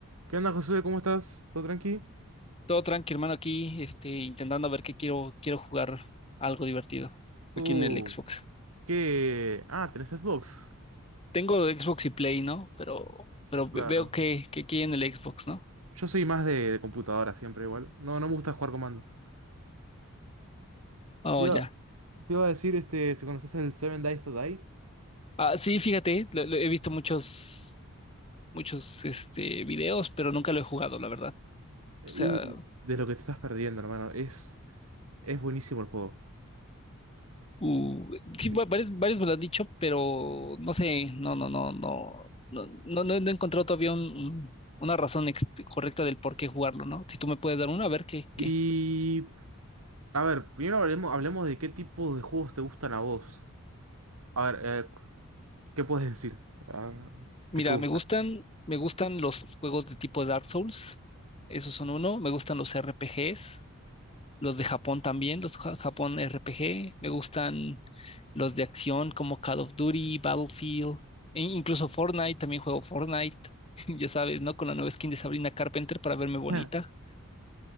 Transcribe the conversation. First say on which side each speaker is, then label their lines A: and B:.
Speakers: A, on the right; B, on the left.
A: ¿Qué onda, Josué? ¿Cómo estás? ¿Todo tranqui?
B: Todo tranqui, hermano, aquí, este, intentando ver qué quiero, quiero jugar algo divertido
A: Uh,
B: aquí en el Xbox.
A: ¿qué? Ah, ¿tenés Xbox?
B: Tengo Xbox y Play, ¿no? Pero, pero
A: Claro.
B: ve- veo que, que aquí en el Xbox, ¿no?
A: Yo soy más de, de computadora siempre igual. No, no me gusta jugar comando.
B: Oh,
A: Te iba,
B: ya.
A: te iba a decir, este, si conoces el Seven Days to Die,
B: Ah, sí, fíjate, lo- lo- he visto muchos, muchos, este, videos, pero nunca lo he jugado, la verdad.
A: Eh,
B: O sea,
A: uh, de lo que te estás perdiendo, hermano. Es, es buenísimo el juego.
B: uh,
A: Eh,
B: sí, va- varios, varios me lo han dicho, pero no sé, no, no, no, no, no, no, no no he encontrado todavía un, un- una razón ex- correcta del por qué jugarlo, ¿no? Si tú me puedes dar una, a ver qué,
A: Y,
B: qué.
A: a ver, primero hablemos, hablemos de qué tipo de juegos te gustan a vos. A ver, eh, ¿qué puedes decir? Ah,
B: Mira,
A: ¿qué te gusta?
B: me gustan, me gustan los juegos de tipo Dark Souls. Esos son uno. Me gustan los RPGs, los de Japón también, los ja- Japón RPG. Me gustan los de acción como Call of Duty, Battlefield, e incluso Fortnite. También juego Fortnite. <laughs> Ya sabes, ¿no? Con la nueva skin de Sabrina Carpenter para verme bonita.
A: <laughs>